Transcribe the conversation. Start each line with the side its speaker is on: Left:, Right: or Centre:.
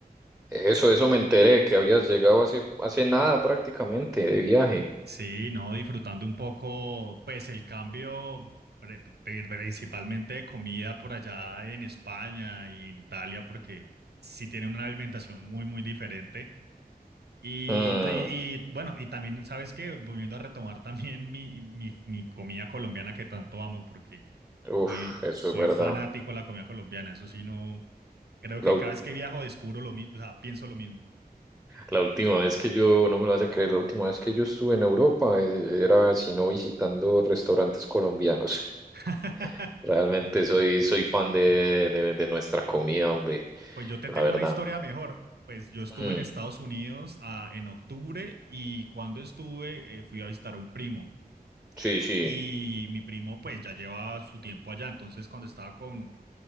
Centre: Eso, eso me enteré, que habías llegado hace, hace nada prácticamente de viaje.
Right: Sí, no, disfrutando un poco, pues el cambio pre- pri- principalmente de comida por allá en España y en Italia, porque sí tienen una alimentación muy, muy diferente. Y,
Centre: Mm,
Right: te- y bueno, y también, ¿sabes qué? Volviendo a retomar también mi, mi, mi comida colombiana que tanto amo, porque
Centre: uf,
Right: soy,
Centre: eso
Right: soy
Centre: es verdad.
Right: fanático de la comida colombiana. Eso sí, no, creo
Centre: La,
Right: que
Centre: ul-
Right: cada vez que viajo descubro lo mismo, o sea, pienso lo mismo.
Centre: la última vez que yo, no me lo vas a creer, la última vez que yo estuve en Europa eh, era, si no, visitando restaurantes colombianos.
Right: <laughs>
Centre: <laughs> Realmente soy, soy fan de, de, de nuestra comida, hombre,
Right: Pues yo te
Centre: la
Right: tengo
Centre: verdad.
Right: una historia mejor. Pues yo estuve
Centre: Mm,
Right: en Estados Unidos ah, en octubre y cuando estuve eh, fui a visitar a un primo
Centre: sí, sí.
Right: y mi primo pues ya lleva su tiempo allá. Entonces cuando estaba con,